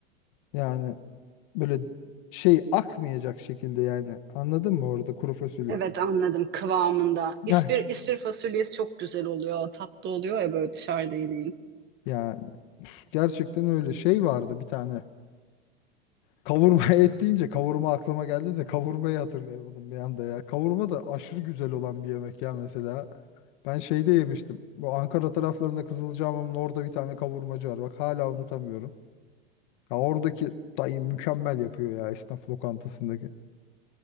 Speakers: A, on the left; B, on the right.
A: yani böyle şey akmayacak şekilde yani anladın mı orada kuru fasulye?
B: Evet anladım kıvamında. İspir,
A: Heh,
B: ispir fasulyesi çok güzel oluyor. Tatlı oluyor ya böyle dışarıda yediğin.
A: yani üf, gerçekten öyle şey vardı bir tane. Kavurma <laughs> et deyince kavurma aklıma geldi de kavurmayı hatırlayamadım bir anda ya. Kavurma da aşırı güzel olan bir yemek ya mesela. Ben şeyde yemiştim. Bu Ankara taraflarında Kızılcahamam'ın orada bir tane kavurmacı var. Bak hala unutamıyorum. Ya oradaki dayı mükemmel yapıyor ya esnaf lokantasındaki.